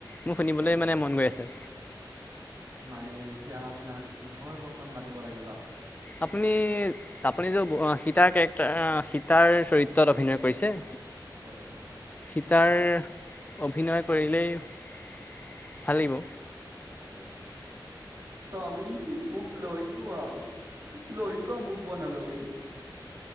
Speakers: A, on the left; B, on the right.
A: মোৰ শুনিবলৈ
B: হয়
A: মানে
B: হয়
A: মন গৈ আছে
B: মানে এতিয়া আপোনাক কিহৰ বচন মাতিব লাগে বা
A: আপুনি আপুনি যে সীতাৰ কেৰেক্টাৰ সীতাৰ চৰিত্ৰত অভিনয় কৰিছে
B: হয় হয়
A: গীতাৰ অভিনয় কৰিলেই ভাল লাগিব
B: হয় স্বামি মোক লৈ যোৱা লৈ যোৱা মোক বনলৈ